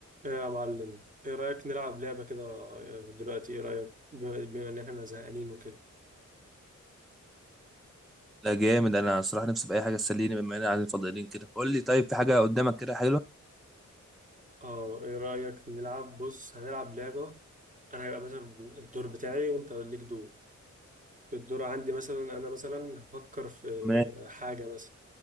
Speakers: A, on the right; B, in the centre.
A: ايه يا معلم ايه رأيك نلعب لعبة كده آه، دلوقتي ايه رأيك بما بما ان احنا زهقانين وكده
B: لا جامد انا صراحه نفسي باي حاجه تسليني بما اننا قاعدين فاضيين كده قول لي طيب في حاجه قدامك كده حلوه
A: اه ايه رأيك نلعب بص هنلعب لعبة انا هيبقى مثلا الدور بتاعي وانت ليك دور الدور عندي مثلا انا مثلا هفكر في
B: ماشي.
A: حاجة مثلا